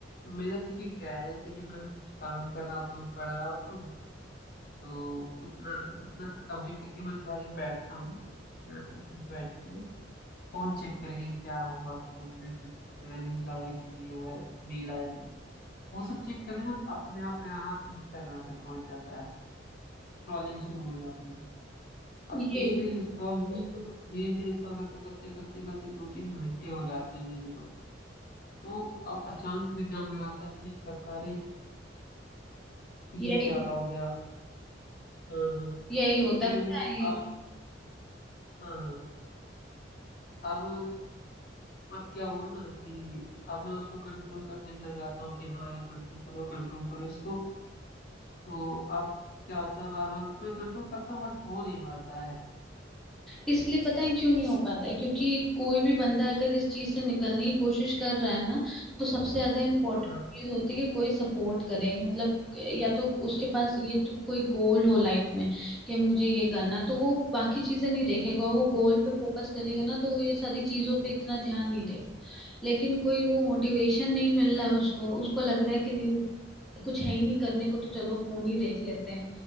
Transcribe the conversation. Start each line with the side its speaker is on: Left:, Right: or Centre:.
Left: मेरा देखिए क्या है जैसे कि मैं कुछ काम कर रहा होता हूँ पढ़ रहा होता हूँ तो उतना उतना कंप्लीट करके मैं थोड़ा देर बैठता हूँ यहाँ चल फिर बैठते हैं फोन चेक करेंगे क्या हुआ फोन में कुछ नया न्यूज आया कि नहीं आया मेल आया कि नहीं वो सब चेक करने में अपने आप मेरा हाथ इंस्टाग्राम पे पहुंच जाता है स्क्रॉलिंग शुरू हो जाती है अब
Centre: ये
Left: एक रील स्क्रॉल हुई तो धीरे धीरे स्क्रॉल करते करते करते करते दो तीन घंटे हो जाते हैं मेरे तो तो अब अचानक से मेरे ध्यान में आता है क्लिक करता अरे ये
Centre: यही
Left: क्या हो गया हाँ हाँ
Centre: यही होता
Left: फिर
Centre: है पता है
Left: अब हाँ हाँ अब अब क्या हुआ ना कि अब मैं उसको कंट्रोल करने में लग जाता हूँ कि हाँ यार कंट्रोल करो कंट्रोल करो इसको तो अब क्या होता है बार बार मैं कंट्रोल करता हूँ बट हो नहीं पाता है
Centre: इसलिए पता है क्यों नहीं हो पाता है क्योंकि कोई भी बंदा अगर इस चीज से निकलने की कोशिश कर रहा है ना तो सबसे ज्यादा इम्पोर्टेंट
Left: हाँ
Centre: चीज होती है कि कोई सपोर्ट करे मतलब या तो उसके पास ये तो कोई गोल हो लाइफ में कि मुझे ये करना है, तो वो बाकी चीजें नहीं देखेगा वो गोल पे फोकस करेगा ना तो वो ये सारी चीजों पे इतना ध्यान नहीं देगा लेकिन कोई वो मोटिवेशन नहीं मिल रहा है उसको उसको लग रहा है कि नहीं कुछ है ही नहीं करने को तो चलो फोन ही देख लेते हैं